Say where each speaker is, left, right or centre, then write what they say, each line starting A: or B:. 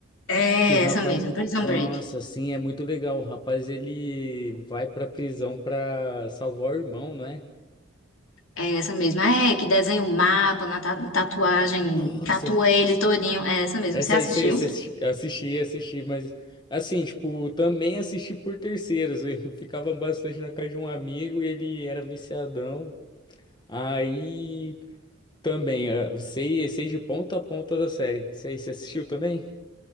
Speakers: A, on the left; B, on the left.
A: É
B: Que o rapaz,
A: essa mesmo, Prison
B: nossa,
A: Break.
B: assim, é muito legal. O rapaz, ele vai pra prisão pra salvar o irmão, não é?
A: É essa mesma. É, que desenha o mapa na ta- tatuagem,
B: Nossa,
A: tatua ele todinho. É essa mesmo.
B: essa
A: Você assistiu?
B: aí você você assisti, assisti, assisti, mas assim, tipo, também assisti por terceiros. Eu <laughs> ficava bastante na casa de um amigo e ele era viciadão. Aí também, eh, sei, sei de ponta a ponta da série. Isso aí, você assistiu também?